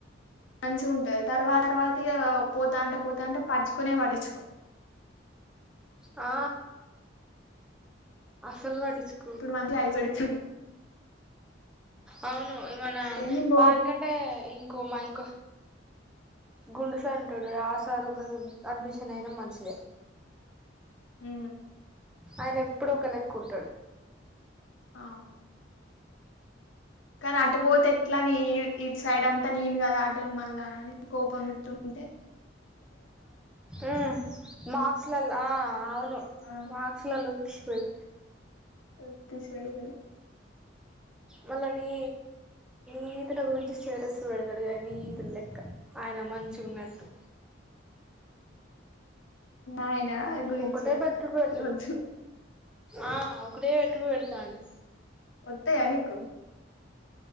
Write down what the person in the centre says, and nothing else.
ఆ అస్సల్ పటిచ్చు
అవును ఏమనా
వానికంటే ఇంకో మా ఇంకో గుండు సార్ ఉంటాడు ఆ సార్ అడ్మిషన్ అయిన మంచిదే
ఆయన ఎప్పుడు ఒక లెక్కుంటాడు
ఆ మార్క్స్ల ఆ అవును
మ అస్సలులోచ్పోయి
మల్లని నీతుల గురించి స్టేటస్లు పెడతాడు కానీ నీతుల లెక్క ఆయన మంచిుగాన్నట్టు
ఒకటే పెట్టుడు పెడతాడు
ఆ ఒకటే రేట్లు పెడతాండు